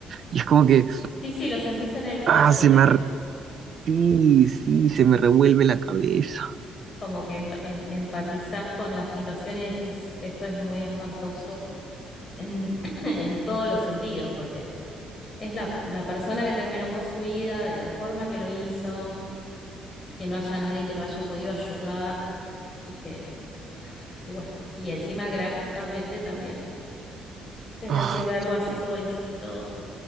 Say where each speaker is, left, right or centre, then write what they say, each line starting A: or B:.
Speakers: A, on the right (about 50°); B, on the left (about 35°).
A: Y es como que,
B: Sí, sí, lo sentís en el cuerpo,
A: ah, se
B: te
A: me, ar- sí, sí, se me revuelve la cabeza.
B: como que emp- em- empatizás con la situación y decís, esto es muy espantoso en, <clears throat> en todos los sentidos, porque es la, la persona que terminó con su vida, de la forma que lo hizo, que no haya nadie que lo haya podido ayudar y que, y bueno, y encima gráficamente también, tener
A: Ah,
B: que verlo así
A: sí.
B: pobrecito,